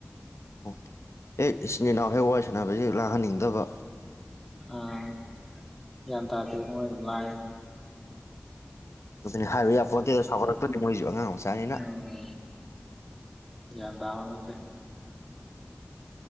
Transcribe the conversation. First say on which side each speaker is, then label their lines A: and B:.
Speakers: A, on the left; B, in the centre.
A: ꯑꯣ ꯑꯦ ꯏꯆꯤꯟ ꯏꯅꯥꯎ ꯍꯦꯛ ꯋꯥꯔꯤ ꯁꯥꯟꯅꯕꯁꯤ ꯂꯥꯡꯍꯟꯅꯤꯡꯗꯕ
B: ꯑꯥ ꯒ꯭ꯌꯥꯟ ꯇꯥꯗꯗꯤ ꯃꯣꯏ ꯑꯗꯨꯝ ꯂꯥꯛꯑ
A: ꯑꯗꯨꯅꯤ ꯍꯥꯏꯕ ꯌꯥ ꯄꯣꯠꯇꯦꯗ ꯁꯥꯎꯒꯠꯂꯛꯇꯣꯏꯅꯤ ꯃꯣꯏꯁꯨ ꯑꯉꯥꯡ ꯃꯆꯥꯅꯤꯅ
B: ꯑꯣ ꯒ꯭ꯌꯥꯟ ꯇꯥꯕꯅꯠꯇꯦ